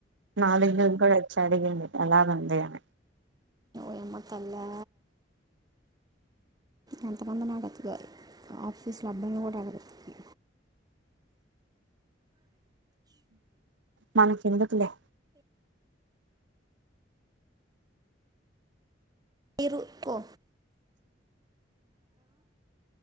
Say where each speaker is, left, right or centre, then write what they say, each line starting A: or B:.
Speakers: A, on the right (about 75°); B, on the right (about 20°).
A: నా దగ్గరికి కూడా వచ్చి అడిగింది ఎలా ఉంది అని
B: ఏమో తలా ఎంతమంది నాడుగుతదొ ఆఫీసులో అబ్బాయిలను కూడా అడుగుద్ది
A: మనకి ఎందుకులే
B: మీరుకో